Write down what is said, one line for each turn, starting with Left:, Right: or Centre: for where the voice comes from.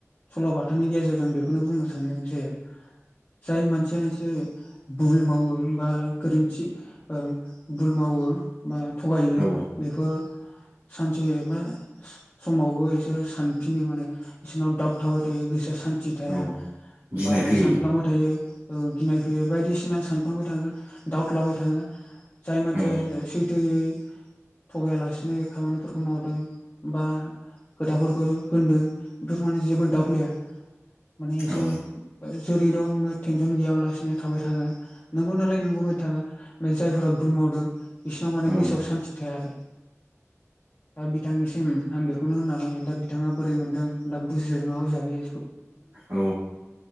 Left: सल'बाथानि गेजेरजों बेखौनो बुंनो सानदों जे जाय मानसिया एसे भुल मावो बा गोरोन्थि ओ भुल मावो मावो बा थ'गायो
Right: औ
Left: बेफोर सानसे बा समावबो इसोर सानफिनो माने बिसोरनाव दाउट थाबाय थायो गोसोआ सान्थि थाया।
Right: औ गिनाय
Left: बा
Right: फैयो
Left: सानफ्लांबाय थायो। ओ गिनाय फैयो बायदिसिना सानफांबाय थागोन डाउट लाबाय थागोन जाय मानसिया
Right: औ
Left: सै थो यै थगायालासेनो खामानिफोरखौ मावदों बा खोथाफोर होनदों बेफोर माने जेबो दाउट लया माने
Right: औ
Left: एसोर जेरै दं टेनसन गैयालासिनो थाबाय थागोन नंगौ नालाय नोंगौबायदि थागोन। जायफोरा भुल मावदों बिसोरनाव माने
Right: औ
Left: गोसोआव सान्थि थाया आरो। दा बिथांनिसिम आं बेखौनो होननानै दा बिथाङा बोरै मोनदों दा बुजिगोन ना बुजियाखै
Right: औ